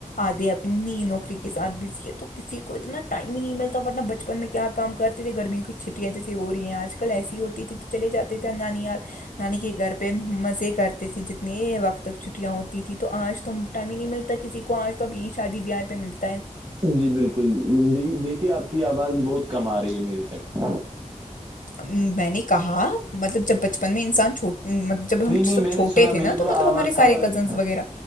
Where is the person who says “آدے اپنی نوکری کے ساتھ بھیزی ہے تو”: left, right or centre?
Left